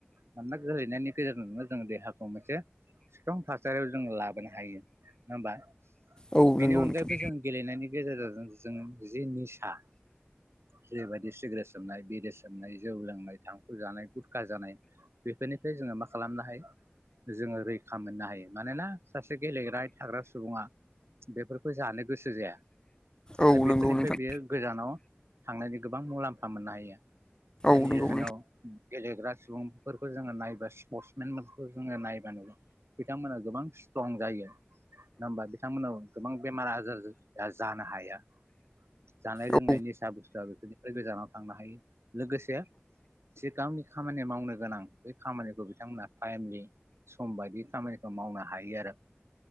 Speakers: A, on the right; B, on the left.
A: मानोना गेलेनायनि गेजेरजोंनो जोङो देहाखौ मोनसे सिथ्रं थासारियाव जोङो लाब हायो नङा होमबा
B: औ
A: बेनि
B: नंगौ
A: अनगायैबो
B: नोंथां
A: जों गेलेनायनि गेजेरजों जोंङो जि निसा जेरैबायदि सिग्रेट सोबनाय बिरे सोबनाय जौ लोंनाय थांखु जानाय गुरखा जानाय बेफोरनिफ्राय जोङो मा खालामनो हायो जोङो रैखा मोननो हायो मानोना सासे गेलेग्रा थाग्रा सुबुङा बेफोरखौ जानो गोसो जाया
B: औ
A: आरो बेफोरनिफ्राय
B: नंगौ नोंथां
A: बेयो गोजानाव थांनायनि गोबां मुलाम्फा मोननो हायो जायनि
B: औ नंगौ
A: जाहोनाव
B: नोंथां
A: गेलेग्रा सुबुंफोरखौ जोङो नायबाय। स्पर्टसमेनफोरखौ जोङो नायबा नुयो बिथांमोना गोबां स्ट्रं जायो। नङा हबा बिथांमोनाव गोबां। बेमार आजार जानो हाया जानाय लोंनाय
B: औ
A: निसा बुस्थुआ बेफोरनिफ्राय गोजानाव थांनो हायो लोगोसे जे गावनि खामानि मावनो गोनां बै खामानिखौ बिथांमोनहा टाइमलि सम बायदि खामानिखौ मावनो हायो आरो